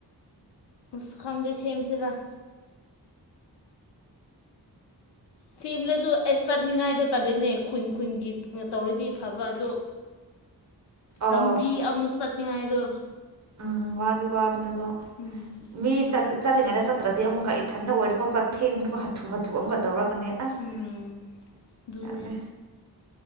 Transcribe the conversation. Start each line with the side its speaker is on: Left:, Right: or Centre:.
Left: ꯎ ꯈꯪꯗꯤ ꯁꯦꯝꯦꯝꯆꯔꯥ ꯁꯦꯝꯂꯁꯨ ꯑꯁ ꯇꯠꯅꯤꯡꯉꯥꯏꯗꯣ ꯇꯠꯜꯂꯤꯅꯦ ꯈꯨꯟ ꯈꯨꯟꯒꯤ ꯇꯧꯔꯤꯗꯤ ꯐꯕ ꯑꯣ
Right: ꯑꯣ
Left: ꯔꯝꯕꯤ ꯑꯃꯨꯛ ꯆ ꯥꯏꯗꯣ
Right: ꯎꯝ ꯋꯥꯗꯤ ꯋꯥꯕ ꯑꯗꯨꯗꯣ
Left: ꯎꯝ
Right: ꯃꯤ ꯆꯠ ꯆꯠꯂꯤꯉꯩꯗ ꯆꯠꯇ꯭ꯔꯗꯤ ꯑꯃꯨꯛ ꯏꯊꯟꯗ ꯑꯣꯏꯔꯒꯣ ꯑꯃꯨꯛꯀ ꯊꯦꯡꯕꯒꯣ ꯍꯥꯊꯨ ꯍꯥꯊꯨ ꯑꯃꯒ ꯇꯧꯔꯒ ꯀ ꯑꯁ
Left: ꯎꯝ ꯑꯗꯨꯅꯦ
Right: ꯑꯗ